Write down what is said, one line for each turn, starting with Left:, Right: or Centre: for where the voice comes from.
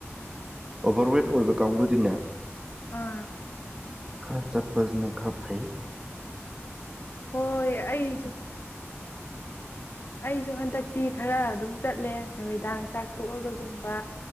Right: ꯑꯣꯚꯔꯋꯦꯠ ꯑꯣꯏꯕ ꯀꯥꯡꯕꯨꯗꯤꯅꯦ
Left: ꯑꯥ꯫
Right: ꯈꯔ ꯆꯠꯄꯖꯤ ꯅ ꯈ ꯐꯦꯏꯌꯦ꯫
Left: ꯍꯣꯏ ꯑꯩꯁꯨ ꯑꯩꯁꯨ ꯍꯟꯗꯛꯇꯤ ꯈꯔ ꯑꯗꯨꯝ ꯆꯠꯂꯦ ꯅꯨꯃꯤꯗꯥꯡ ꯆꯥꯛ ꯇꯣꯛꯑꯒꯒꯨꯝꯕ